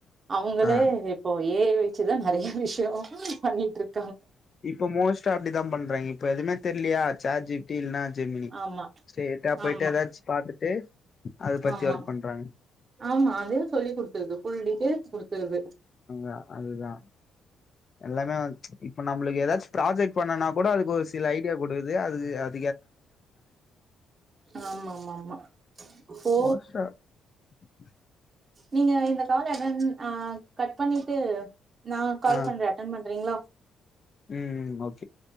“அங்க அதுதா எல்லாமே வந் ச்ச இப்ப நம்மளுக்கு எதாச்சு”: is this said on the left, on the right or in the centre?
Left